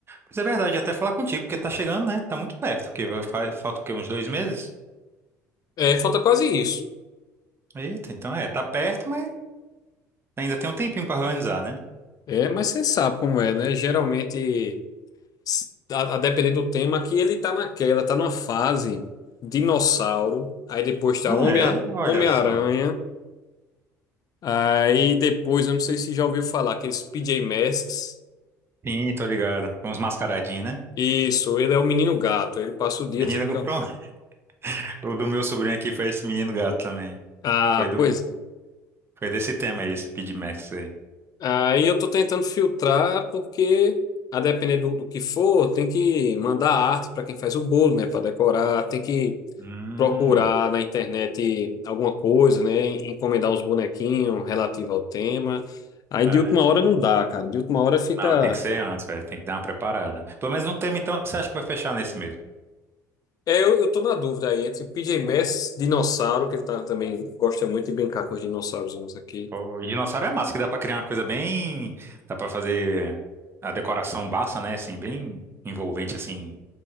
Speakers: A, on the right (about 25°); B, on the left (about 45°).
A: Mas é verdade, até falar contigo, porque tá chegando, né? Tá muito perto, porque vai- fa- falta o quê? Uns dois meses?
B: É, falta quase isso.
A: Eita, então é, tá perto, mas ainda tem um tempinho pra organizar, né?
B: É, mas você sabe como é, né? Geralmente. A, a depender do tema, que ele tá naquela, tá numa fase dinossauro, aí depois tá
A: Ah,
B: Homem,
A: é? Olha
B: Homem-Aranha,
A: só.
B: aí depois, eu não sei se já ouviu falar, aqueles PJ Masks.
A: Sim, tô ligado. Uns mascaradinhos, né?
B: Isso, ele é o menino gato, ele passa o dia
A: Menino,
B: dizendo que
A: pronto.
B: é. um-
A: <laughs> O do meu sobrinho aqui foi esse menino gato também.
B: Ah,
A: Foi do.
B: pois.
A: Foi desse tema aí, esse PidMax
B: Aí eu tô tentando filtrar, porque a depender do, do que for, tem que mandar arte para quem faz o bolo, né, para decorar, tem que
A: Hum,
B: procurar na internet alguma coisa, né? Encomendar uns bonequinhos relativo ao tema. Aí de
A: é.
B: última hora não dá, cara. De última hora fica.
A: Não, tem que ser antes, velho. Tem que dar uma preparada. Pelo menos no tema, então, você acha que vai fechar nesse mesmo?
B: É, eu, eu tô na dúvida aí entre PJ Masks, dinossauro, que ele tá, também gosta muito de brincar com os dinossaurozinhos aqui.
A: O dinossauro é massa, que dá pra criar uma coisa bem. Dá pra fazer a decoração bassa, né? Assim, bem envolvente, assim,